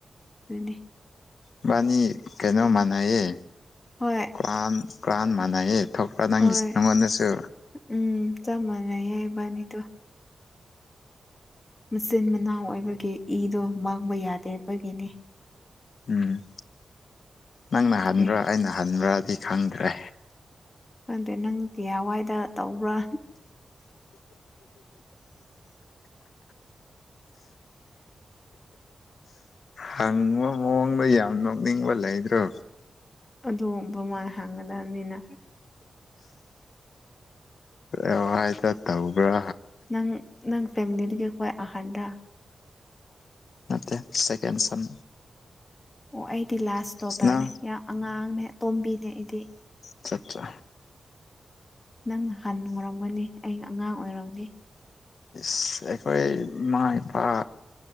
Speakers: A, on the left; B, on the left.
A: ꯑꯗꯨꯅ‌ꯦ
B: ꯏꯕꯟꯅꯤ ꯀꯩꯅꯣ ꯃꯅ‌ꯩꯌꯦ
A: ꯍꯣꯏ
B: ꯀ꯭ꯔꯥꯟ ꯀ꯭ꯔꯥꯟ ꯃꯥꯟꯅꯩꯌꯦ ꯊꯣꯛꯄ ꯅꯪꯒꯤꯁꯨ
A: ꯍꯣꯏ
B: ꯅꯪꯉꯣꯟꯗꯁꯨ
A: ꯎꯝ ꯆꯞ ꯃꯥꯟꯅꯩꯌꯦ ꯏꯕꯥꯟꯅꯤꯗꯨ ꯃꯆꯤꯟ ꯃꯅꯥꯎ ꯑꯣꯏꯕꯒꯤ ꯏꯗꯣ ꯃꯥꯡꯕ ꯌꯥꯗꯕꯒꯤꯅꯤ
B: ꯎꯝ ꯅꯪꯅ ꯍꯟꯕ꯭ꯔꯥ
A: ꯑꯦ
B: ꯑꯩꯅ ꯍꯟꯕ꯭ꯔꯗꯤ ꯈꯪꯗ꯭ꯔꯦ
A: ꯈꯪꯗꯦ ꯅꯪ ꯀꯌꯥ ꯋꯥꯏꯗ ꯇꯧꯕ꯭ꯔꯥ
B: ꯍꯪꯕ ꯃꯑꯣꯡꯗꯣ ꯌꯥꯝ ꯅꯣꯛꯅꯤꯡꯕ ꯂꯩꯗ꯭ꯔꯣ
A: ꯑꯗꯨ ꯗꯨꯃꯥꯏ ꯍꯥꯡꯒꯗꯕꯅꯤꯅ
B: ꯑꯗꯨꯃꯥꯢ ꯈꯔ ꯇꯧꯕ꯭ꯔꯥ
A: ꯅꯪ ꯅꯪ ꯐꯦꯃꯤꯂꯤꯗꯒꯤ ꯈ꯭ꯋꯥꯏ ꯑꯍꯥꯟꯗ
B: ꯅꯠꯇꯦ ꯁꯀꯦꯟ ꯁꯟ
A: ꯑꯣ ꯑꯩꯗꯤ ꯂꯥꯁ
B: ꯁꯟꯅ
A: ꯗꯣꯇꯔꯅꯦ ꯌꯥꯝ ꯑꯉꯥꯡꯅꯦ ꯇꯣꯝꯕꯤꯅꯦ ꯑꯩꯗꯤ
B: ꯑꯆꯥꯠꯆꯥ
A: ꯅꯪ ꯍꯥꯟꯅ ꯑꯣꯏꯔꯝꯒꯅꯤ ꯑꯩ ꯑꯉꯥꯡ ꯑꯣꯏꯔꯝꯅꯤ
B: ꯑꯁ ꯑꯩꯈꯣꯏ ꯏꯃꯥ ꯏꯄꯥ